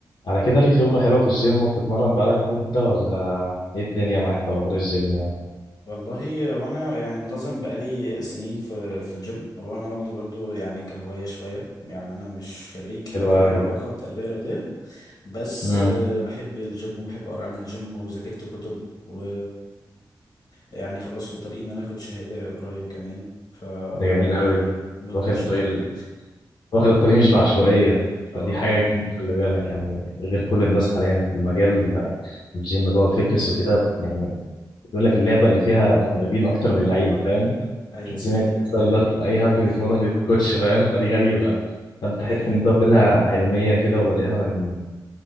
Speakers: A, on the left; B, on the left.
A: على كده ليك خبرة حلوة في الجيم وبتتمرن بقالك مدة ولا ايه الدنيا معاك في أخبار الجيم يعني
B: والله وانا يعني منتظم بقالي سنين في في الجيم هو انا واخده برضو يعني كهواية شوية يعني انا مش خريج حاجة
A: حلو
B: ليها
A: أوي
B: علاقة
A: ده
B: بتربية رياضية بس
A: امم
B: أه بحب الجيم وبحب اقرا عن الجيم وذاكرت كتب و يعني خلاص في الطريق ان انا اخد شهادة قريب كمان فا
A: ده
B: اه
A: جميل
B: لا
A: أوي
B: يعني
A: ده
B: مدمن
A: واخد
B: شوية
A: الطريق ال- واخد الطريق مش بعشوائية
B: <laughs> اه
A: فدي حاجة
B: اه
A: جامدة خلي بالك يعني غير كل الناس حاليا في المجال الجيم بقى والفيتنس وكده يعني بيقول لك اللعبة اللي فيها مدربين أكتر من لعيبة فاهم
B: ايوه
A: أكيد سمعت
B: دي حقيقة
A: المثال ده فأي حد بيتمرن
B: أي-
A: بيبقى كوتش فاهم فدي غريبة فأنت
B: دي
A: حتة
B: حقيقة
A: إن أنت واخدها علمية كده وبادئها من